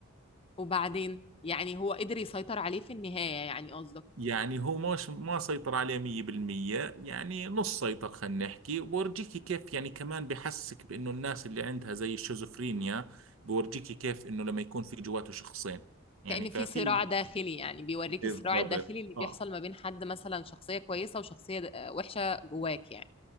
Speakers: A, on the left; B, on the right.
A: وبعدين يعني هو قدر يسيطر عليه في النهاية يعني قصدك
B: يعني هو مش ما سيطر عليه مية بالمية يعني نص سيطر خلينا نحكي وبورجيكي كيف يعني كمان بحسك بإنه الناس اللي عندها زي الشيزوفرينيا بورجيكي كيف إنه لما يكون في جواته شخصين يعني
A: كأن في
B: ففي
A: صراع داخلي يعني بيوريك
B: بالضبط
A: الصراع الداخلي اللي بيحصل
B: آه
A: ما بين حد مثلا شخصية كويسة وشخصية د- وحشة جواك يعني